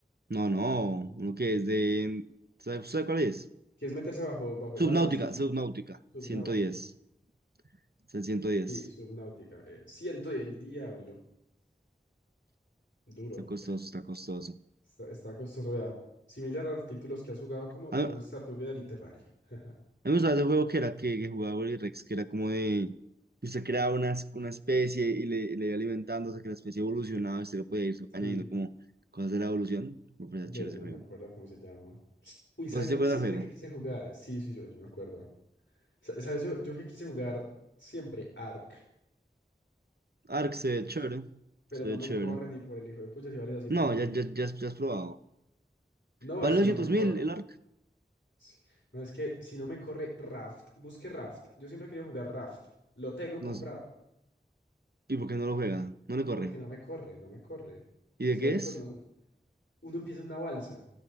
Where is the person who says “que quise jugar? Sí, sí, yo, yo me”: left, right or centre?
Left